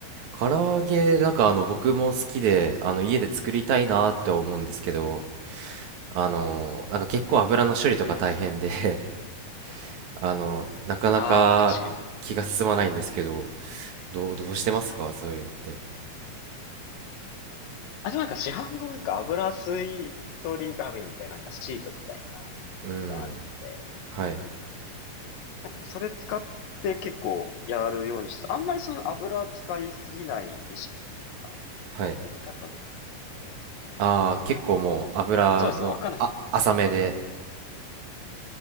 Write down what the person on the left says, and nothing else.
ええ、
ああ、まあ確かに。ええ
あ、でもなんか市販のなんか油吸い取り紙みたいな、なんかシートみたいなのがあるんで、
なんかそれ使って結構やるようにして、あんまりその油使いすぎないレシピっていうか、
やり方でやってるので。
そうですね、わかんない。